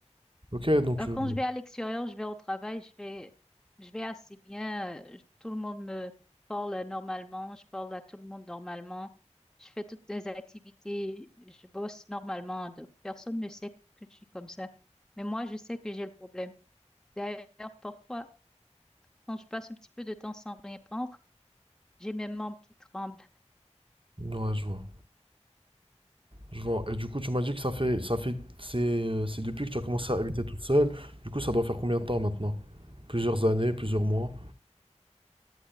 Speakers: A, on the right; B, in the centre.
A: Ok, donc.
B: Euh, Quand
A: euh,
B: je vais à l'extérieur, je vais au travail, je vais, je vais assez bien. euh, je- Tout le monde me parle normalement, je parle à tout le monde normalement. Je fais toutes les activités, je bosse normalement. donc personne ne sait que je suis comme ça. Mais moi, je sais que j'ai le problème. D'ailleurs, parfois, quand je passe un petit peu de temps sans rien prendre, j'ai mes membres qui tremblent.
A: Ouais, je vois. Je vois. Et du coup, tu m'as dit que ça fait, ça fait, c'est, euh, c'est depuis que tu as commencé à habiter toute seule. Du coup, ça doit faire combien de temps maintenant? Plusieurs années, plusieurs mois.